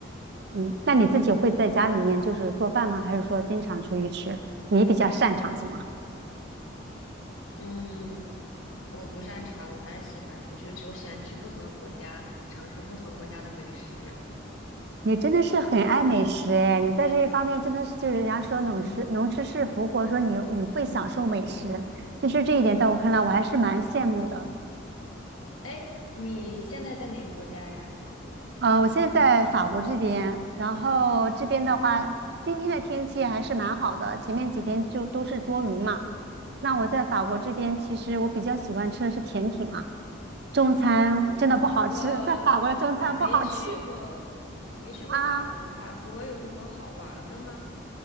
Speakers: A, on the right; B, on the left.
A: 嗯，那你自己会在家里面就是做饭吗？还是说经常出去吃？你比较擅长什么？
B: 嗯，我不擅长，我还是喜欢出去吃，我喜欢去不同的国家尝试不同国家的美食。
A: 你真的是很爱美食哎，你在这一方面真的是就是人家说能吃能吃是福，
B: 嗯
A: 或者说你你会享受美食，
B: 嗯
A: 其实这一点在我看来我还是蛮羡慕的。
B: 嗯，哎，你现在在哪个国家呀？
A: 呃，我现在在法国这边，然后这边的话，今天的天气还是蛮好的，前面几天就都是多云嘛。那我在法国这边，
B: 哦。
A: 其实我比较喜欢吃的是甜品啊，中餐真的不好吃，
B: 哦，我
A: 在法国的中餐不好吃
B: 还没去过，没去过法国。
A: 啊。
B: 法国有什么好玩的吗？